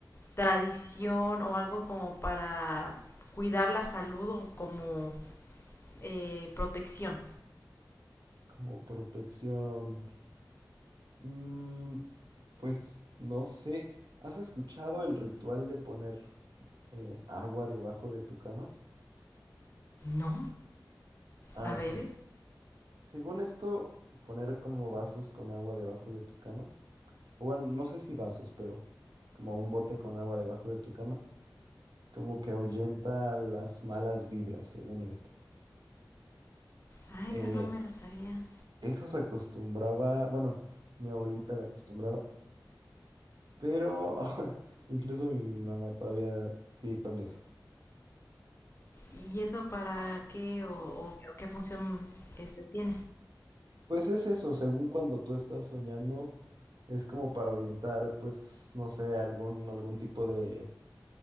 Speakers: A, on the left; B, on the right.
A: tradición o algo como para cuidar la salud o como eh, protección.
B: Como protección. mm, pues no sé, ¿has escuchado el ritual de poner eh, agua debajo de tu cama?
A: No,
B: Ah,
A: a ver.
B: pues según esto, poner como vasos con agua debajo de tu cama. O bueno, no sé si vasos, pero como un bote con agua debajo de tu cama. como que ahuyenta las malas vibras, según esto.
A: Ah,
B: Eh,
A: esa no me la sabía.
B: eso se acostumbraba, bueno, mi abuelita la acostumbraba, pero <laughs> incluso mi, mi mamá todavía sigue con eso.
A: ¿Y eso para qué o, o- qué función este tiene?
B: Pues es eso, según cuando tú estás soñando, es como para ahuyentar, pues, no sé, algún, algún tipo de